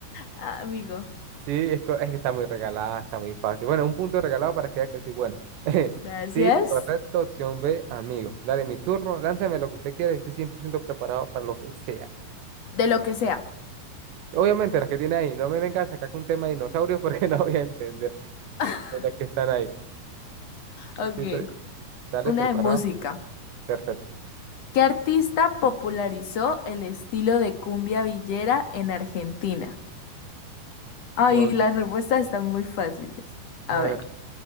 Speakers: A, on the left (about 55°); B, on the right (about 80°).
A: Amigo,
B: Sí, es, co- es que está muy regalada, está muy fácil. Bueno, un punto regalado para que vea que soy bueno. <laughs>
A: gracias.
B: Sí, correcto, opción B, amigo. Dale mi turno, lánzame lo que usted quiera, estoy 100% preparado para lo que sea.
A: De lo que sea.
B: Obviamente las que tiene ahí, no me vengas a sacar con un tema de dinosaurios porque <laughs> no voy a entender
A: <laughs>
B: de las que están ahí.
A: Ok,
B: Estoy pre- Dale,
A: una
B: preparado.
A: de música.
B: Perfecto.
A: ¿Qué artista popularizó el estilo de cumbia villera en Argentina? Ay,
B: Nos,
A: las respuestas están muy fáciles. A
B: a
A: ver,
B: ver.